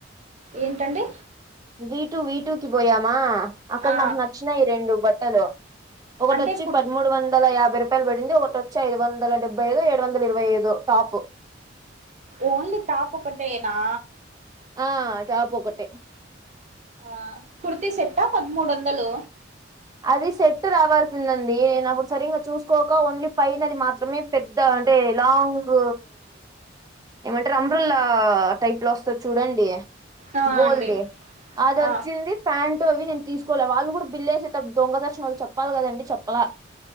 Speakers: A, on the right; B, on the right.
A: ఏంటండి
B: వీటుూ వీటుూకి పోయామా అక్కడ
A: ఆ
B: నాకు నచ్చినాయి రెండు బట్టలు ఒకటోచ్చి
A: అంటే కుర్
B: పదమూడు వంద వందల యాభై రూపాయలు పడింది ఒకటి వచాయి ఐదు వందల డెబ్బై ఐదొ ఏడు వందల ఇరవై ఐధో టాప్
A: ఓన్లీ టాప్ ఒకటేనా
B: ఆ టాప్ ఒకటే
A: ఆ కుర్తి సెట్టా పదిమూడు వందలు
B: అది సెట్ రావాల్సిందండి నేను అప్పుడు సరిగా చూసుకోక ఓన్లీ పైనైన అది మాత్రమే పెద్ద అంటే లాంగ్ ఏమంటారు అంబ్రలా టైప్ లో వస్తాధి చూడండి
A: ఆ
B: గోల్దే
A: అండి
B: అది వచ్చింది
A: ఆ
B: ప్యాంటు అవి నేను తీసుకోలె వాళ్ళు కూడా బిల్లేేసే టపప్పు దొంగ సచినోలు చెప్పాలి కదండి చెప్పలా